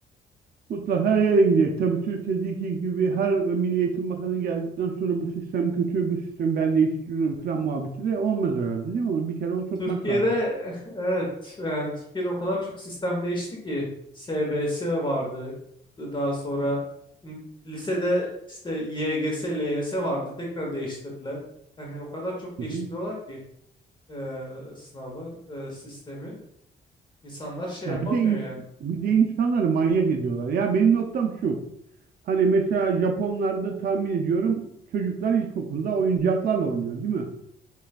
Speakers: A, on the right; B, on the left.
A: mutlaka her yere gidecek. Tabii Türkiye'deki gibi her Milli Eğitim Bakanı geldikten sonra bu sistem kötü bir sistem ben değiştiriyorum falan muhabbeti de olmaz herhalde değil mi? Onu bir kere oturtmak
B: Türkiye'de
A: lazım.
B: <laughs> evet yani Türkiye'de o kadar çok sistem değişti ki SBS vardı. Daha sonra lisede işte YGS, LYS vardı. Tekrar değiştirdiler. Yani o kadar çok
A: Hı
B: değiştiriyorlar
A: hı.
B: ki eee, sınavı, eee, sistemi. İnsanlar şey
A: Ya
B: yapamıyor
A: bir de ins-
B: yani.
A: bir de insanları manyak ediyorlar. Ya benim noktam şu. Hani mesela Japonlarda tahmin ediyorum çocuklar ilkokulda oyuncaklarla oynuyor, değil mi?